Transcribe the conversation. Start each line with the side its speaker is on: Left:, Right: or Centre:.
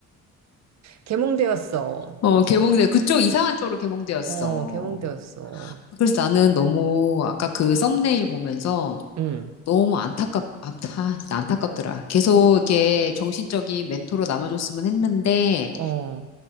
Right: 개몽되었어.
Left: 어, 개봉돼. 그쪽 이상한 쪽으로 개봉되었어.
Right: 어, 개몽되었어.
Left: 그래서 나는 너무, 아까 그 썸네일 보면서,
Right: 응,
Left: 너무 안타깝, 안타, 진짜 안타깝더라. 계속 이렇게 정신적인 멘토로 남아줬으면 했는데,
Right: 어,